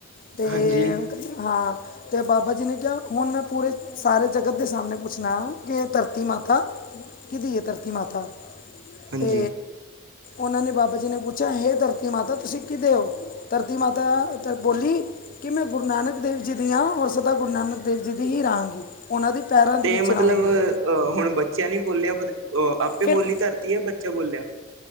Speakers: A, on the left (about 40°); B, on the right (about 60°).
A: ਤੇ
B: ਹਾਂਜੀ,
A: ਹਾਂ ਤੇ ਬਾਬਾ ਜੀ ਨੇ ਕੇਆ ਹੁਨ ਮੈਂ ਪੂਰੇ ਸਾਰੇ ਜਗਤ ਦੇ ਸਾਮਨੇ ਪੁੱਛਨਾ ਕੇ ਧਰਤੀ ਮਾਤਾ ਕਿਦੀ ਏ ਧਰਤੀ ਮਾਤਾ
B: ਹਾਂਜੀ।
A: ਤੇ ੳਨਾ ਨੇ, ਬਾਬਾ ਜੀ ਨੇ ਪੁੱਛਆ ਹੇ ਧਰਤੀ ਮਾਤਾ ਤੁਸੀ ਕਿਦੇ ੳ? ਧਰਤੀ ਮਾਤਾ ਧ ਬੋਲੀ ਕਿ ਮੈਂ ਗੁਰੂ ਨਾਨਕ ਦੇਵ ਜੀ ਦੀ ਆਂ, ਔਰ ਸਦਾ ਗੁਰੂ ਨਾਨਕ ਦੇਵ ਜੀ ਦੀ ਹੀ ਰਾਂ ਗੀ। ੳਨਾਂ ਦੀ ਪੈਰਾਂ ਦੇ
B: ਤੇ
A: ਵਿੱਚ
B: ਮਤਲਬ
A: ਰਹਾਂਗੀ
B: ਅਹ ਹੁਨ ਬੱਚਾ ਨੀ ਬੋਲੇਆ, ਪਤਾ ਆਪੇ
A: ਫਿਰ
B: ਬੋਲੀ ਧਰਤੀ ਯਾ ਬੱਚਾ ਬੋਲੇਆ।